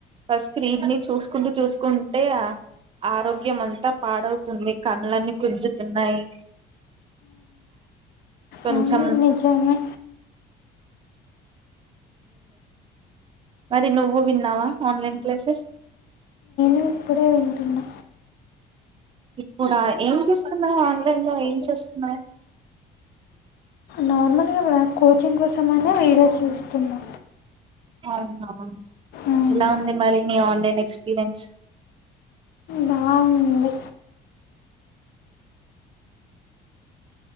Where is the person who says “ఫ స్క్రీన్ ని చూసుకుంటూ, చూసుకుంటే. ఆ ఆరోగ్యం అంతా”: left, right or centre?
Right